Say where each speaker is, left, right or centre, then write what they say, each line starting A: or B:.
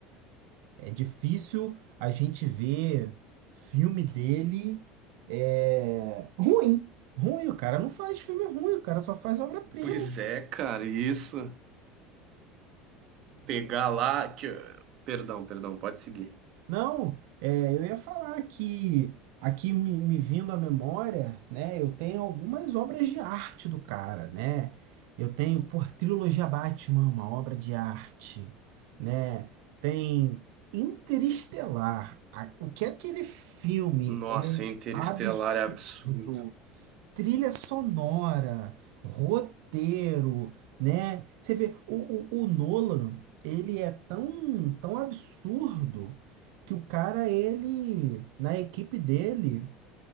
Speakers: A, on the right; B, on the right.
A: É difícil a gente ver filme dele é ruim. Ruim, o cara não faz filme ruim, o cara só faz obra-prima.
B: Pois é, cara, isso. Pegar lá que. Perdão, perdão, pode seguir.
A: Não, é, eu ia falar que aqui me, me vindo à memória, né? Eu tenho algumas obras de arte do cara, né? Eu tenho por trilogia Batman, uma obra de arte, né? Tem Interestelar. A- O que aquele filme
B: Nossa,
A: é
B: Interestelar
A: absurdo
B: é absurdo.
A: trilha sonora, roteiro, né? Você vê, o, o, o Nolan, ele é tão, tão absurdo que o cara, ele, na equipe dele,